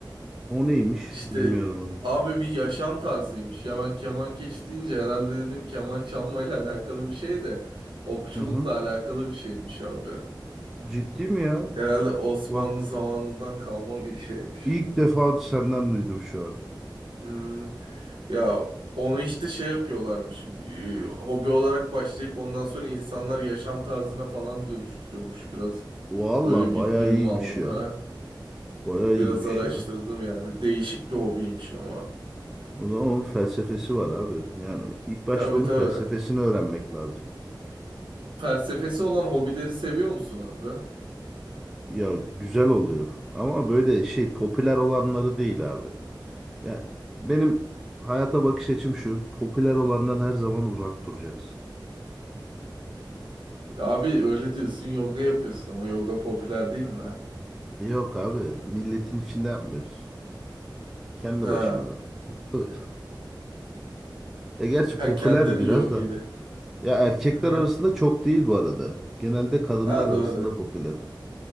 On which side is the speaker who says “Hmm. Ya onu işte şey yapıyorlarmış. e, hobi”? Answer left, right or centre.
Right